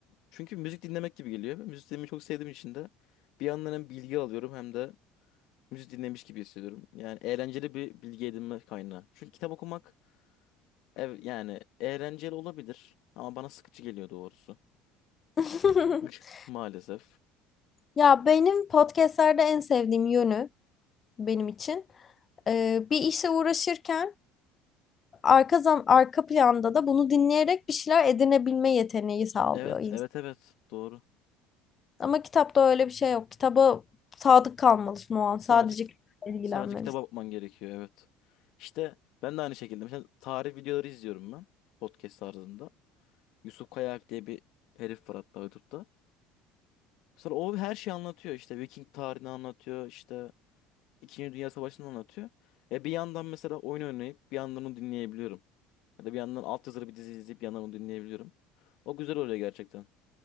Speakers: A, on the left; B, on the left.
A: çünkü müzik dinlemek gibi geliyor. Müzik dinlemeyi çok sevdiğim için de bir yandan hem bilgi alıyorum hem de müzik dinlemiş gibi hissediyorum. Yani eğlenceli bir bilgi edinme kaynağı. Çünkü kitap okumak ev, yani eğlenceli olabilir ama bana sıkıcı geliyor doğrusu.
B: <laughs>
A: <laughs> Maalesef.
B: Ya benim podcastlerde en sevdiğim yönü benim için e, bir işe uğraşırken arka zam arka planda da bunu dinleyerek bir şeyler edinebilme yeteneği sağlıyor
A: Evet,
B: insan.
A: evet, evet. Doğru.
B: Ama kitapta öyle bir şey yok. Kitaba sadık kalmalısın o an.
A: Sadece
B: Sadece kitapla ilgilenmelisin.
A: sadece kitaba bakman gerekiyor, evet. İşte ben de aynı şekilde mesela tarih videoları izliyorum ben podcast tarzında. Yusuf Kayak diye bir herif var hatta YouTube'da. Sonra o her şeyi anlatıyor. işte Viking tarihini anlatıyor, işte İkinci Dünya Savaşı'nı anlatıyor. E bir yandan mesela oyun oynayıp bir yandan onu dinleyebiliyorum. Ya da bir yandan altyazılı bir dizi izleyip bir yandan onu dinleyebiliyorum. O güzel oluyor gerçekten.